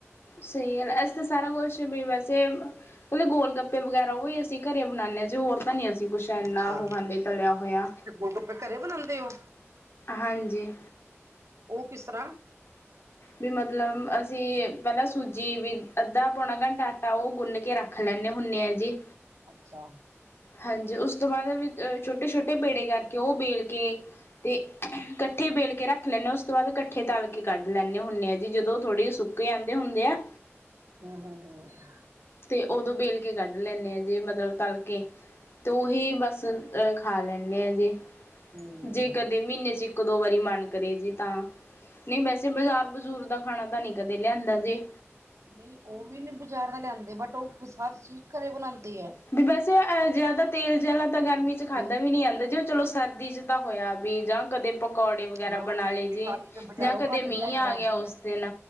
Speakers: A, on the left; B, on the right.
A: ਸਹੀ ਗੱਲ, ਅਸੀਂ ਤਾਂ ਸਾਰਾ ਕੁਛ ਵੀ ਵੈਸੇ ਕੱਲੇ ਗੋਲਗੱਪੇ ਵਗੈਰਾ ਓਈ ਅਸੀਂ ਘਰੇ ਬਣਾਂਨੇ ਆ, ਜੀ ਹੋਰ ਤਾਂ ਨੀ ਅਸੀਂ ਕੁਛ ਚੈਨਾ,
B: ਅੱਛਾ
A: ਉਹ ਖਾਂਦੇ ਤਲਿਆ ਹੋਇਆ।
B: ਤੇ ਗੋਲਗੱਪੇ ਘਰੇ ਬਣਾਂਦੇ ਓ?
A: ਹਾਂਜੀ।
B: ਉਹ ਕਿਸ ਤਰ੍ਹਾਂ?
A: ਵੀ ਮਤਲਬ ਅਸੀ, ਪਹਿਲਾਂ ਸੂਜੀ ਵੀ, ਅੱਧਾ ਪੌਣਾ ਘੰਟਾ ਆਟਾ ਉਹ ਗੁੰਨਕੇ ਰੱਖ ਰੱਖ ਲੈਂਨੇ ਹੁੰਨੇ ਆ ਜੀ।
B: ਅੱਛਾ।
A: ਹਾਂਜੀ, ਉਸ ਤੋਂ ਬਾਅਦ ਵੀ ਅ ਛੋਟੇ-ਛੋਟੇ ਪੇੜੇ ਕਰਕੇ, ਉਹ ਬੇਲਕੇ ਤੇ ਕੱਠੇ ਬੇਲਕੇ ਰੱਖ ਲੈਂਨੇ, ਉਸ ਤੋਂ ਬਾਅਦ ਕੱਠੇ ਤਲਕੇ ਕੱਢ ਲੈਂ ਹੁੰਨੇ ਆ ਜੀ,
B: ਅੱਛਾ
A: ਜਦੋਂ ਥੋੜੇ ਸੁੱਕ ਆਂਦੇ ਹੁੰਦੇ ਆ।
B: ਹਾਂ, ਹਾਂ, ਹਾਂ।
A: ਤੇ ਉਦੋਂ ਬੇਲਕੇ ਕੱਢ ਲੈਂਨੇ ਆ, ਜੇ ਮਤਲਬ ਤਲਕੇ, ਤੇ ਓਹੀ ਬਸ ਅਹ ਖਾ ਲੈਂਨੇ ਆ ਜੇ,
B: ਹੂੰ
A: ਜੇ ਕਦੇ ਮ੍ਹੀਨੇ'ਚ ਇ ਇੱਕ-ਦੋ ਵਾਰੀ ਮਨ ਕਰੇ ਜੀ ਤਾਂ, ਨਹੀਂ ਵੈਸੇ ਬਜ਼ਾਰ ਬਜ਼ੁਰ ਦਾ ਖਾਣਾ ਤਾਂ ਨਹੀਂ ਕਦੇ ਲਿਆਂਦਾ ਜੇ।
B: ਨਹੀਂ ਉਹ ਵੀ ਬਜ਼ਾਰ ਦਾ ਲਿਆਂਂਦੇ, ਬਟ ਓ ਹਰ ਚੀਜ਼ ਘਰੇ ਬਣਾਂਦੇ ਆ।
A: ਵੀ ਵੈਸੇ, ਜ਼ਿਆਦਾ ਤੇਲ ਜੇ ਆਲਾ ਤਾ ਗਰਮੀ'ਚ ਖਾਧਾ
B: ਮੇਰੀ
A: ਵੀ ਨਹੀਂ ਜਾਂਦਾ, ਜੇ ਉਹ ਚਲੋ ਸਰ ਚ ਤਾ ਹੋਇਆ ਵੀ, ਜਾਂ ਕਦੇ ਪ ਪਕੌੜੇ ਵਗੈਰਾ
B: ਨਾ
A: ਬਣਾ
B: ਮੇਰੀ
A: ਲਏ
B: ਜਠਾਣੀ
A: ਜੇ,
B: ਤੇ ਬਾਜ਼ਾਰੋਂ
A: ਜਾਂ ਕਦੇ
B: ਘੱਟ ਲਿਆ
A: ਮੀਂਹ
B: ਕੇ
A: ਆਗਿਆ
B: ਰਾਜੀ
A: ਓਸ ਦਿਨ,